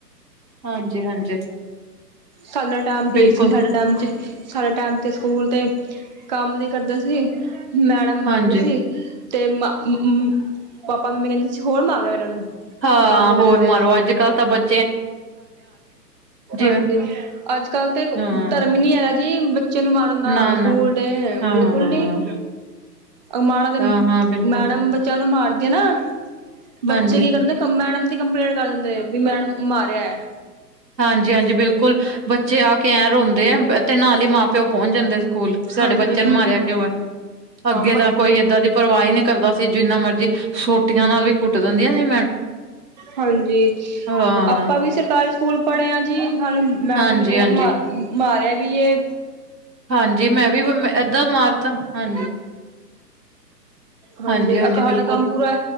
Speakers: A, on the right; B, on the right.
A: ਹਾਂਜੀ ਹਾਂਜੀ।
B: ਸਾਡਾ ਟੈਮ ਠੀਕ
A: ਬਿਲਕੁਲ
B: ਸੀ, ਸਾਡੇ ਟੈਮ ਚ ਸਾਡੇ ਟੈਮ ਤੇ ਸਕੂਲ ਤੇ ਕਾਮ ਨੀ ਕਰਦੇ ਸੀ, ਮੈਡਮ ਮਾਰਦੀ
A: ਹਾਂਜੀ
B: ਸੀ। ਤੇ ਮਾ ਉਉ ਪਾਪਾ-ਮੰਮੀ ਕੈੰਦੇ ਸੀਂ ਹੋਰ ਮਾਰੋ ਐਨਾਂ ਨੂੰ।
A: ਹਾਂ,
B: ਕੰਮ ਨੀ
A: ਹੋਰ
B: ਕਰਦੇ ਪਏ
A: ਮਾਰੋ ਅੱਜ-ਕੱਲ੍ਹ ਤਾਂ ਬੱ ਜਿਵੇਂ
B: ਹਾਂਜੀ, ਅੱਜ-ਕੱਲ ਤੇ ਕੋ
A: ਹਾਂ
B: ਧਰਮ ਨੀ ਹੈਗਾ ਜੀ ਬੱ ਬੱਚੇ ਨੂੰ ਮਾਰਨ ਦਾ,
A: ਨਾ
B: ਸਕੂਲ
A: ਨਾ
B: ਡੇ
A: ਹਾਂ
B: ਬਿਲਕੁਲ ਨੀ। ਅ ਮਾਡਾ ਤੇ
A: ਹਾਂ ਹਾਂ ਬਿਲਕੁਲ
B: ਮੈਡਮ ਬੱ ਬੱਚਿਆਂ ਨੂੰ ਮਾਰਦੀਆਂ ਨਾ, ਬੱਚੇ
A: ਹਾਂਜੀ
B: ਕੀ ਕਰਦੇ ਕ ਮੈਡਮ ਦੀ ਕੰਪਲੇਂਟ ਕਰ ਦਿੰਦੇ। ਬੀ ਮੈਡਮ ਮਾਰਿਐ।
A: ਹਾਂਜੀ ਹਾਂਜੀ, ਬਿਲਕੁਲ ਬੱਚੇ ਆ ਕੇ ਐਂ ਰੋਂਦੇ ਐ ਤੇ ਨਾਲ ਹੀ ਮਾਂ-ਪਿਓ ਪੋੰਚ ਜਾਂਦੇ। ਕੂਲ ਸਾਡੇ
B: ਹਾਂਜੀ
A: ਬੱਚਿਆਂ
B: ਹਾਂ
A: ਨੂੰ ਮਾਰਿਆ ਕਿਓ ਐ? ਅੱਗੇ
B: ਬ
A: ਤਾਂ ਕੋਈ ਏਦਾਂ ਦੀ ਪਰਵਾਹੀ ਨੀ ਕਰਦਾ ਸੀ, ਜਿੰਨਾ ਮਰਜ਼ੀ ਸੋਟੀਆਂ ਨਾਲ ਵੀ ਕੁੱਟ ਦੰਦੀਆਂ ਨੇ।
B: ਹਾਂਜੀ,
A: ਹਾਂ,
B: ਅਪਾਂ ਵੀ ਸਰਕਾਰੀ ਸਕੂਲ ਪੜ੍ਹਿਆ ਜੀ ਸਾਨੂੰ ਮੈਡਮ
A: ਹਾਂਜੀ-ਹਾਂਜੀ,
B: ਨੇ ਬੌਤ ਮਾਰ
A: ਹਾਂਜੀ
B: ਮਾਰਿਆ ਵੀ ਏ।
A: ਹਾਂਜੀ, ਮੈਂ ਵੀ ਵ ਐਧਾ ਮਾਰ ਤਾ ਹਾਂਜੀ।
B: ਹਾਂਜੀ,
A: ਹਾਂਜੀ-ਹਾਂਜੀ
B: ਅਕਹਾਡਾ
A: ਬਿਲਕੁਲ।
B: ਕੰਮ ਪੂਰੈ।